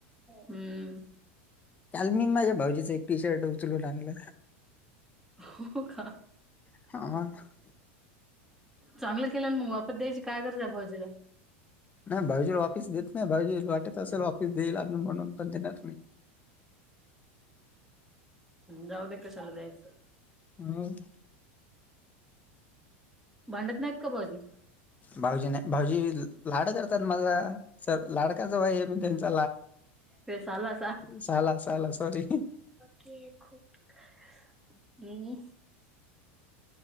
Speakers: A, in the centre; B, on the left (about 25°).
A: हम्म!
B: काल मी माझ्या भाऊजीच एक टी शर्ट उचलू लाानलं.
A: हो का?
B: <unintelligible>
A: चांगलं केलं ना मग वापत द्यायची काय कराज हाय भाउजीला.
B: नाही भाऊजीला वापीस देत नाही भाऊजीला वाटत असेल वापीस देईल आणून म्हणून पण देणार नाही.
A: जाऊ दे कशाला द्याचं.
B: <unintelligible>
A: भांडत नायत का भाऊजी?
B: भाऊजी नाही भाऊजी लाड करतात माझा. सर लाडका जावयी आहे मी त्यांचा,
A: ते साला
B: साला साला ते ला सॉरी.
A: ते खूप अ हम्म